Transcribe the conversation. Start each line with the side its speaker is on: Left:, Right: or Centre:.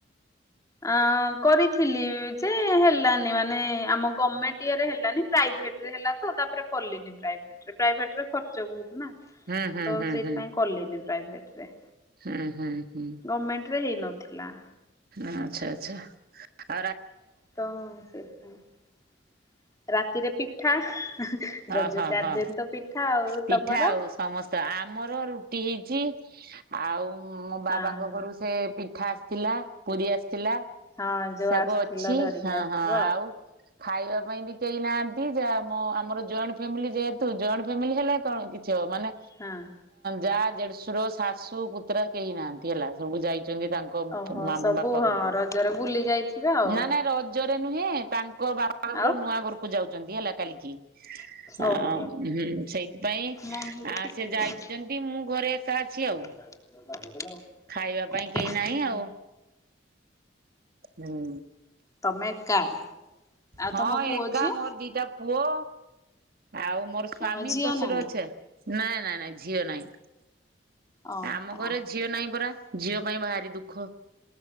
Left: ଆଉ କରିଥିଲି ଯେ ହେଲାନି ମାନେ ଆମ ଗମେଣ୍ଟ ଇଏରେ ହେଲାନ ପ୍ରାଇଭେଟ ପ୍ରାଇଭେଟ୍ ହେଲାତ ତାପରେ କଲିନି ପ୍ରାଇଭେଟ ଖର୍ଚ୍ଚ ବହୁତ ନା। ତ
Right: ହୁଁ ହୁଁ ହୁଁ
Left: ସେଥିପାଇ
Right: ହୁଁ
Left: କଲେନି ପ୍ରାଇଭେଟରେ
Right: ହୁଁ ହୁଁ ହୁଁ
Left: ଗମେଣ୍ଟ ରେ ହେଇ ନଥିଲା।
Right: ଆଚ୍ଛା ଆଛା ଆ
Left: ତ ସେଥିପାଇ ରାତିରେ ପିଠା ରଜ
Right: ଓହୋ
Left: ଚାରି
Right: ହଁ
Left: ଦିନ ତ ପିଠା ଆଉ
Right: ପିଠା
Left: ତମର?
Right: ଆଉ ସମସ୍ତ ଆମର ରୁଟି ହେଇଛି। ଆଉ ମୋ ବାବାଙ୍କ
Left: ହଁ
Right: ଘରୁ ସେ ପିଠା ଆସିଥିଲା ପୁରୀ ଆସି ଥିଲା
Left: ହଁ ଯୋଉ
Right: ସବୁ
Left: ଆସିଥିଲ
Right: ଅଛି
Left: ଧରିକି
Right: ହଁ
Left: ଆସିଥିବ
Right: ହଁ ଆଉ ଖାଇବା ପାଇଁ ବି କେହି ନାହାନ୍ତି ଯା ଆମର ଜଏଣ୍ଟ ଫ୍ୟାମିଲି ଯେହେତୁ ଜଏଣ୍ଟ ଫ୍ୟାମିଲି ହେଲା କଣ କିଛି ଅ ମାନେ
Left: ହଁ।
Right: ଯା ଜଢଶୁର ଶାଶୁ କୁତ୍ରା କେହି ନାହାନ୍ତି ହେଲା ସବୁ ଯାଇକି ତାଙ୍କ
Left: ଓହୋ ସବୁ
Right: ବାପା
Left: ହଁ
Right: ଘରକୁ
Left: ରଜରେ ବୁଲି ଯାଇଥିବେ ଆଉ
Right: ନା ନା ରଜ ନୁହେଁ ତାଙ୍କ ବାପ ଘର
Left: ଆଉ
Right: ନୂଆ ଘରକୁ ଯାଉଛନ୍ତି ହେଲା କାଲିକି ଆ
Left: ଓହୋ।
Right: ହଁ ସେଇଥିପାଇଁ
Left: ନାଇଁ ହେଠୁ
Right: ଆ
Left: ଫିଟି
Right: ସେ ଯାଇଛନ୍ତି
Left: ଯାଇଛି
Right: ମୁଁ ଘରେ ଏକା ଅଛି ଆଉ।
Left: <inaudible>
Right: ଖାଇବା ପାଇଁ କେହି ନାହିଁ
Left: ହୁଁ।
Right: ଆଉ ହୁଁ।
Left: ତମେ ଏକା? ଆଉ
Right: ହଁ
Left: ତମ ପୁଅ
Right: ଏକା
Left: ଝିଅ
Right: ମୋର ଦିଟା ପୁଅ ଆଉ ମୋର ସ୍ଵାମୀ
Left: ଓହୋ ଝିଅ
Right: ଶଶୁର
Left: ନାହିଁ।
Right: ଅଛ ନାଇଁ ନାଇଁ ନାଇଁ ଝିଅ ନାଇଁ।
Left: ଓହୋ
Right: ଆମ ଘରେ ଝିଅ ନାହିଁ ପରା ଝିଅ ପାଇଁ ବାହାରି ଦୁଃଖ।